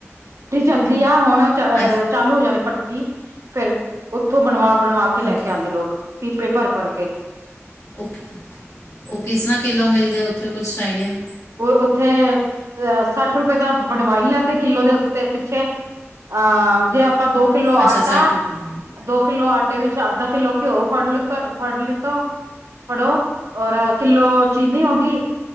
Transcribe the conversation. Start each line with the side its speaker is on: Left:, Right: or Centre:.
Right: ਚਲਦੀਆਂ ਹੋਣ ਨ ਚ
Left: ਅੱਛਾ
Right: ਚਾਲੂ ਹੋ ਜਾਣੇ ਪੱ ਦੀ ਫੇਰ ਉੱਥੋਂ ਬਣਵਾ-ਬਣਵਾ ਕੇ ਲੈ
Left: ਓਕੇ
Right: ਕੇ ਆਂਦੇ ਲੋਕ। ਪੀਪੇ ਭਰ-ਭਰ ਕੇ।
Left: ਔ ਕਿ, ਔ ਕਿਸ ਤਰ੍ਹਾਂ ਕਿੱਲੋ ਮਿਲਦੇ ਔ? ਔ ਕੁਛ ਆਈਡੀਆ।
Right: ਉਹ ਉੱਥੇ ਅਹ ਸੱਠ ਰੁਪਏ ਦਾ ਬਣਵਾਈ ਲੈਂਦੇ ਕਿੱਲੋ ਦੇ ਉੱਤੇ ਪਿੱਛੇ ਅਹ ਜੇ ਆਪਾਂ ਦੋ ਕਿੱਲੋ
Left: ਅੱਛਾ
Right: ਆਟਾ
Left: ਰੁਪਏ ਮਿਲਦੇ
Right: ਦੋ ਕਿੱਲੋ ਆਟ ਟੇ ਵਿੱਚ ਅੱਧਾ ਕਿੱਲੋ ਘਿਓ ਫੜ ਲਿਤ ਫੜ ਲੀਤਾ, ਫੜੋ ਔਰ ਕਿੱਲੋ ਚੀਨੀ ਹੋ ਗੀ।